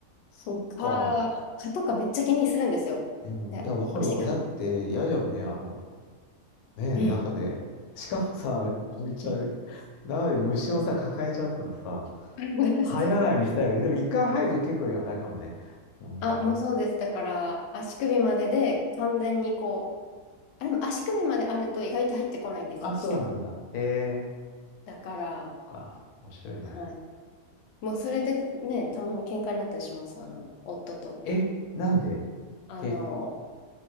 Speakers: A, on the left; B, on the left.
A: そっか。
B: か、蚊とかめっちゃ気にするんですよ。
A: うん。
B: で、
A: いや、わかるわかる。
B: 足が、
A: だって嫌だよね。あの、ね、
B: うん。
A: 中で。しかもさ、こう言っちゃう。中に虫をさ、抱えちゃうからさ、
B: <laughs>
A: 入らないようにしたいよね。でも一回入ると結構あれかもね。うん。
B: あ、もうそうです。だから、足首までで完全にこう、あ、でも足首まであると意外と入ってこないんですよ、
A: あ、そうなんだ。
B: 下から。
A: へえ。
B: だから、
A: そっか、面白いな。
B: はい。もうそれでね、たまに喧嘩になったりします、あの、夫と。
A: え、なんで
B: あの、
A: け、